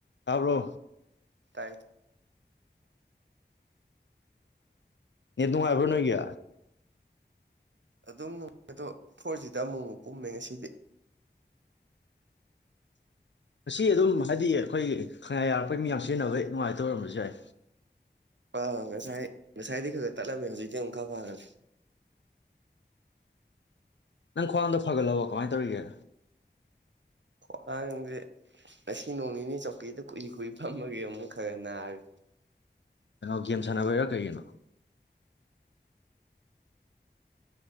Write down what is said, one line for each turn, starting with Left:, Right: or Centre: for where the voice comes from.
Left: ꯇꯥꯕ꯭ꯔꯣ
Right: ꯇꯥꯏ
Left: ꯅꯦꯠ ꯅꯨꯡ ꯉꯥꯏꯕ꯭ꯔꯣ ꯅꯣꯏꯒꯤ
Right: ꯑꯗꯨꯝꯅꯨꯡꯉ ꯑꯗꯣ ꯐꯣꯔ ꯖꯤꯗ ꯑꯃꯨꯛ ꯑꯃꯨꯛ ꯀꯨꯝꯃꯦ ꯉꯁꯤꯗꯤ
Left: ꯉꯁꯤ ꯑꯗꯨꯝ ꯍꯥꯏꯗꯤ ꯑꯩꯈꯣꯏꯒꯤ ꯈꯪꯌꯥ ꯑꯩꯈꯣꯏ ꯃꯤ ꯌꯥꯝ ꯁꯤꯖꯤꯟꯅꯕꯩ ꯅꯨꯡꯉꯥꯏꯇ ꯑꯣꯏꯔꯝꯕꯁꯨ ꯌꯥꯏ
Right: ꯑꯥ ꯉꯁꯥꯏ ꯉꯁꯥꯏꯗꯤ ꯈꯔ ꯈꯔ ꯇꯠꯂꯝꯃꯦ ꯍꯧꯖꯤꯛꯇꯤ ꯑꯃꯨꯛ ꯈꯔ ꯐꯈ꯭ꯔꯦ
Left: ꯅꯪ ꯈ꯭ꯋꯥꯡꯗ ꯐꯒꯠꯂꯛꯑꯣ ꯀꯃꯥꯏꯅ ꯇꯧꯔꯤꯒꯦ
Right: ꯈ꯭ꯋꯥꯥꯡꯁꯦ ꯉꯁꯤ ꯅꯣꯡ ꯅꯤꯅꯤ ꯆꯧꯀꯤꯗ ꯀꯨꯏ ꯀꯨꯏ ꯐꯝꯃꯒꯦ ꯑꯃꯨꯛ ꯈꯔ ꯅꯥꯔꯤ
Left: ꯀꯩꯅꯣ ꯒꯦꯝ ꯁꯥꯟꯅꯕꯔꯥ ꯀꯔꯤꯒꯤꯅꯣ